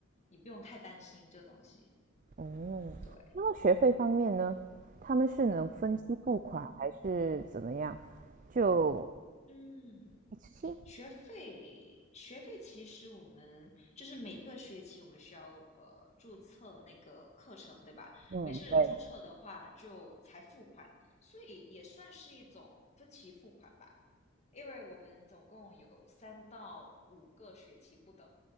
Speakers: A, on the left; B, on the right.
A: 你不用太担心这东西。
B: 哦，
A: 对，
B: 那么学费方面呢？他们是能分期付款还是怎么样？
A: 嗯
B: 就
A: 嗯，
B: 一次性？
A: 学费学费其实我们就是每个学期我们需要呃注册那个课程，对吧？
B: 嗯，
A: 每次注册的话就才付款，
B: 对，
A: 所以也算是一种分期付款吧。因为我们总共有三到五个学期不等，